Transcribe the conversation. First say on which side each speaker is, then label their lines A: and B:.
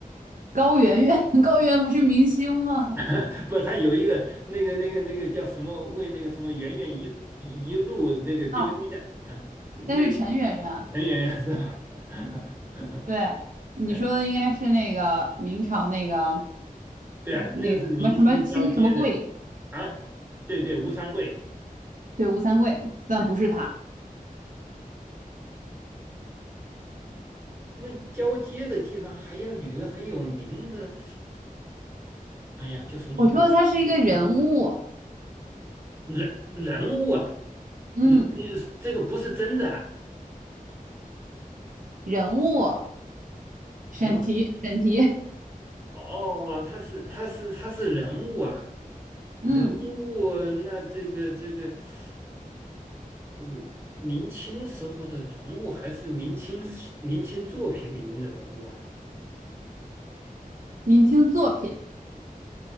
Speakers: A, on the right; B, on the right.
A: 高圆圆，<laughs> 高圆圆不是明星吗？
B: <laughs> 不，她有一个那个那个那个叫什么为那个什么圆圆一一路那个丢天下啊，
A: 哦，
B: 那个
A: 那是陈圆圆。
B: 陈圆圆是吧？<laughs>
A: 对，你说的应该是那个明朝那个
B: 哎对啊，
A: 那个什么什么清什么贵，
B: 那个是明清交接的啊，对对，吴三桂
A: 对，吴三桂，但不是他。
B: 啊，那交接的地方还有女的很有名的，哎呀，就剩最后一个啊
A: 我说他是一个人物，
B: 人人物啊，
A: 嗯，
B: 人呃这个不是真的啊，
A: 人物，审题，
B: 哇
A: 审题
B: 哦，他是他是他是人物啊，
A: <laughs>，
B: 人物那这个这个，
A: 嗯，
B: 嗯嗯明清时候的人物还是明清明清作品里面的人物啊，
A: 明清作品。